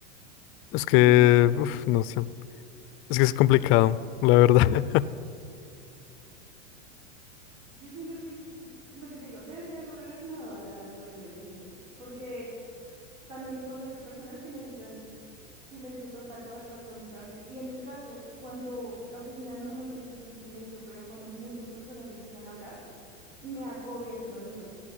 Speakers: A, on the left (about 35°); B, on the right (about 70°).
A: Es que,
B: Y
A: uf, no sé. Es que es complicado, la verdad.
B: Yo siento que es eh, lo que te digo, debe ser algo relacionado a la neurodivergencia, porque también conozco personas que necesitan silencio total para poder concentrarse. Y en mi caso, cuando la oficina normalmente está en silencio, pero cuando muchas personas empiezan a hablar, me agobia ese sonido,